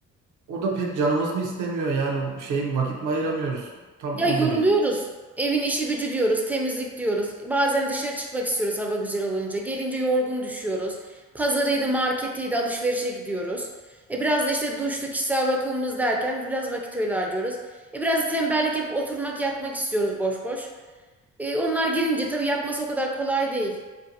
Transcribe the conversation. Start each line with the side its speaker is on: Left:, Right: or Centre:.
Right: O da pek canımız mı istemiyor yani şey mi vakit mi ayıramıyoruz? Tam
Centre: Ya
Right: onu
Centre: yoruluyoruz.
Right: da bilmiyorum.
Centre: Evin işi gücü diyoruz, temizlik diyoruz. Bazen dışarı çıkmak istiyoruz hava güzel olunca. Gelince yorgun düşüyoruz. Pazarıydı, marketiydi, alışverişe gidiyoruz. E biraz da işte duşlu kişisel bakımımız derken biraz vakit öyle harcıyoruz. E biraz da tembellik yapıp oturmak, yatmak istiyoruz boş boş. E onlar girince tabii yapması o kadar kolay değil.